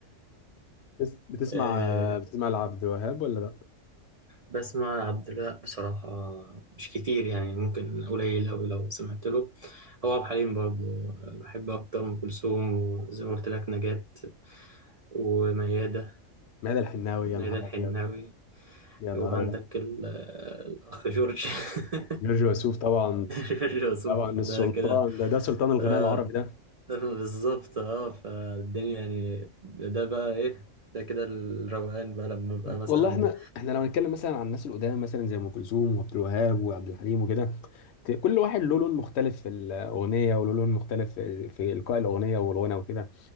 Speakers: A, on the left; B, on the right.
A: بس بتسمع
B: <laughs>
A: بتسمع لعبد الوهاب ولا لا؟
B: بسمع لعبد الوهاب بصراحة مش كتير يعني ممكن قليل أوي لو سمعت له هو عبد الحليم برضه بحب أكتر أم كلثوم وزي ما قلت لك نجاة وميادة
A: ماذا الحناوي
B: ميادة
A: يا نهار
B: الحناوي
A: ابيض يا نهار
B: وعندك
A: ابيض
B: ال- الأخ جورج <laughs>
A: جورج وسوف طبعا
B: جورج وسوف
A: طبعا السلطان
B: ده كده
A: ده ده سلطان الغناء
B: آه
A: العربي ده
B: بالظبط اه فالدنيا يعني ده بقى إيه ده كده الروقان بقى لما ببقى مثلا
A: والله احنا احنا لو هنتكلم مثلا عن الناس القدام مثلا زي ام كلثوم وعبد الوهاب وعبد الحليم وكده ت- كل واحد له لون مختلف في الاغنيه وله لون مختلف في في القاء الاغنيه والغنى وكده